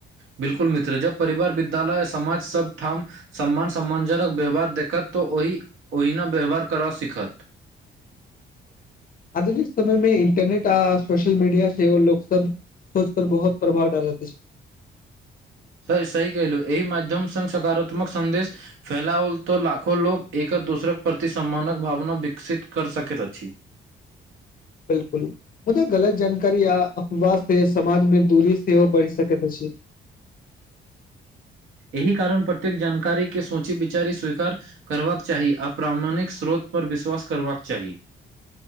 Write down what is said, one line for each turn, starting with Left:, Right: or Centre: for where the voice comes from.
Right: बिल्कुल मित्र जब परिवार विद्यालय समाज सब ठाम सम्मान सम्मञ्जनक व्यवहार देखत तऽ ओहि ओहिना व्यवहार करब सीखत
Left: आधुनिक समय मे इन्टरनेट आ सोशल मीडिया सेहो लोक सब सोच पर बहुत प्रभाव डालेत अछि
Right: स सही कलु एहि मध्यम सऽ सकारात्मक सन्देश फैलाओल तऽ लाखो लोको एक दूसरक प्रति सम्मानक भावना विकसित कर सकैत अछि
Left: बिल्कुल मुदा गलत जानकारी या अफवाह से समाजमे दूरी सेहो बढ़ि सकैत अछि
Right: एहि कारण प्रत्येक जानकारी के सोची विचारी स्वीकार करबाक चाही अप्रामणिक स्रोत पर विश्वास करबाक चाही